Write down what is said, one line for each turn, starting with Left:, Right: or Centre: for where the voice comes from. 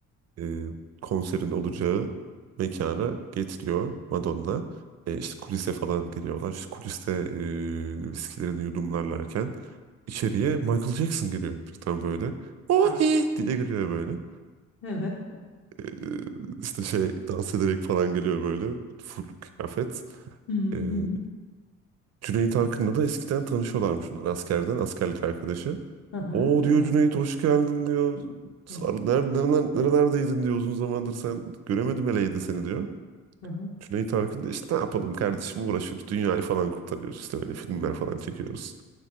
Right: e, konserin olacağı mekana getiriyor Madonna. E, işte kulise falan giriyorlar. İşte kuliste e, viskilerini yudumlarlarken içeriye Michael Jackson giriyor. Tam böyle ohi
Left: Wow.
Right: diye giriyor böyle.
Left: Evet.
Right: E, işte şey dans ederek falan geliyor böyle full kıyafet.
Left: Hı
Right: E,
Left: hı.
Right: Cüneyt Arkın'la da eskiden tanışıyorlarmış bunlar askerden, askerlik arkadaşı.
Left: Hı hı,
Right: O
Left: hı, tabii.
Right: diyor Cüneyt hoş geldin diyor. Sarı-
Left: Hı hı.
Right: Nerede, nereden- nerelerdeydin diyor uzun zamandır sen göremedim eleydi seni diyor.
Left: Hı hı.
Right: Cüneyt Arkın da işte ne yapalım kardeşim uğraşıyoruz. Dünyayı falan kurtarıyoruz işte öyle filmler falan çekiyoruz.